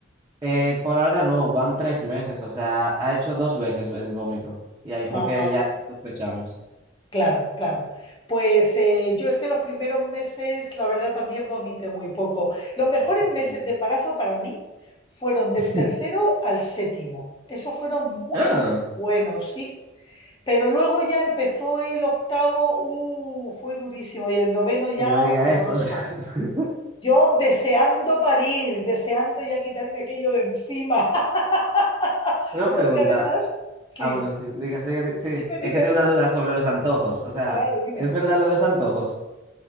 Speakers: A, on the right; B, on the left.
A: Eh, por ahora no, van tres meses, o sea, ha hecho dos veces el vómito. Y ahí fue
B: Ajá.
A: que ya sospechamos.
B: Claro, claro. Pues eh, yo es que los primeros meses, la verdad, también vomité muy poco. Los mejores
A: Ujú.
B: meses de embarazo para mí fueron
A: <laughs>
B: del tercero al séptimo. Esos fueron muy,
A: Ah,
B: muy buenos, sí. Pero luego ya empezó el octavo, uh, fue durísimo, y el noveno ya
A: no me diga
B: horroroso.
A: eso. <laughs>
B: Yo deseando parir, deseando ya quitarme aquello de encima, <laughs>
A: Una pregunta.
B: porque además, sí,
A: Ah, bueno, sí, diga, sí, sí, sí.
B: dime,
A: Es
B: dime,
A: que tengo
B: dime,
A: una duda sobre los antojos. O sea,
B: claro, dime.
A: ¿es verdad lo de los antojos?